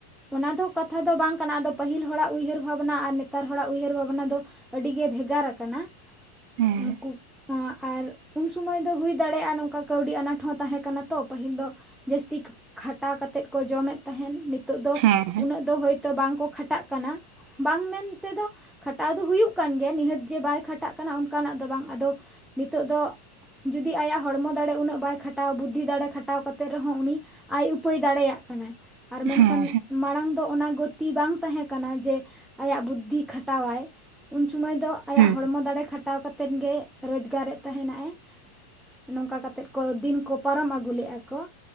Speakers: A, in the centre; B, on the right.
A: ᱚᱱᱟ ᱫᱚ ᱠᱟᱛᱷᱟ ᱫᱚ ᱵᱟᱝ ᱠᱟᱱᱟ ᱟᱫᱚ ᱯᱟᱹᱦᱤᱞ ᱦᱚᱲᱟᱜ ᱩᱭᱦᱟᱹᱨ ᱵᱷᱟᱵᱱᱟ ᱟᱨ ᱱᱮᱛᱟᱨ ᱦᱚᱲᱟᱜ ᱩᱭᱦᱟᱹᱨ ᱵᱷᱟᱵᱱᱟ ᱫᱚ ᱟᱹᱰᱤ ᱜᱮ ᱵᱷᱮᱜᱟᱨ ᱠᱟᱱᱟ᱾
B: ᱦᱮᱸ
A: ᱩᱱᱠᱩ ᱟᱨ ᱩᱱ ᱥᱚᱢᱚᱭ ᱫᱚ ᱦᱩᱭ ᱫᱟᱲᱮᱭᱟᱜᱼᱟ ᱱᱚᱝᱠᱟ ᱠᱟᱹᱣᱰᱤ ᱟᱱᱟᱴ ᱦᱚᱸ ᱛᱟᱦᱮᱸ ᱠᱟᱱᱟ ᱛᱚ ᱯᱟᱹᱦᱤᱞ ᱫᱚ᱾ ᱡᱟᱹᱥᱛᱤ ᱠᱷᱟᱴᱟᱣ ᱠᱟᱛᱮᱫ ᱠᱚ ᱡᱚᱢᱮᱫ ᱛᱟᱦᱮᱱ ᱱᱤᱛᱚᱜ ᱫᱚ
B: ᱦᱮᱸ ᱦᱮᱸ
A: ᱩᱱᱟᱹᱜ ᱫᱚ ᱦᱳᱭᱛᱳ ᱵᱟᱝᱠᱚ ᱠᱷᱟᱴᱟᱜ ᱠᱟᱱᱟ᱾ ᱵᱟᱝ ᱢᱮᱱ ᱛᱮᱫᱚ ᱠᱷᱟᱴᱟᱣ ᱫᱚ ᱦᱩᱭᱩᱜ ᱠᱟᱱ ᱜᱮᱭᱟ ᱱᱤᱦᱟᱹᱛ ᱡᱮ ᱵᱟᱭ ᱠᱷᱟᱴᱟᱜ ᱠᱟᱱᱟ ᱚᱱᱠᱟᱱᱟᱜ ᱫᱚ ᱵᱟᱝ ᱟᱫᱚ ᱱᱤᱛᱚᱜ ᱫᱚ ᱡᱩᱫᱤ ᱟᱭᱟᱜ ᱦᱚᱲᱢᱚ ᱫᱟᱲᱮ ᱩᱱᱟᱹᱜ ᱵᱟᱭ ᱠᱷᱟᱴᱟᱣᱟ ᱵᱩᱫᱽᱫᱷᱤ ᱫᱟᱲᱮ ᱠᱷᱟᱴᱟᱣ ᱠᱟᱛᱮᱫ ᱨᱮᱦᱚᱸ ᱩᱱᱤ ᱟᱭ ᱩᱯᱟᱹᱭ ᱫᱟᱲᱮᱭᱟᱜ ᱠᱟᱱᱟ ᱟᱨ ᱢᱮᱱᱠᱷᱟᱱ
B: ᱦᱮᱸ
A: ᱢᱟᱲᱟᱝ ᱫᱚ ᱚᱱᱟ ᱜᱚᱛᱤ ᱵᱟᱝ ᱛᱟᱦᱮᱸ ᱠᱟᱱᱟ ᱡᱮ ᱟᱭᱟᱜ ᱵᱩᱫᱽᱫᱷᱤ ᱠᱷᱟᱴᱟᱣᱟᱭ ᱩᱱ ᱥᱩᱢᱟᱹᱭ ᱫᱚ
B: ᱦᱮᱸ
A: ᱟᱭᱟᱜ ᱦᱚᱲᱢᱚ ᱫᱟᱲᱮ ᱠᱷᱟᱴ ᱠᱷᱟᱴᱟᱣ ᱠᱟᱛᱮᱫ ᱜᱮ ᱨᱚᱡᱽᱜᱟᱨᱮᱫ ᱛᱟᱦᱮᱱᱟᱭ ᱾ ᱱᱚᱝᱠᱟ ᱠᱟᱛᱮᱜ ᱠᱚ ᱫᱤᱱ ᱠᱚ ᱯᱟᱨᱚᱢ ᱟᱹᱜᱩ ᱞᱮᱜᱼᱟ ᱠᱚ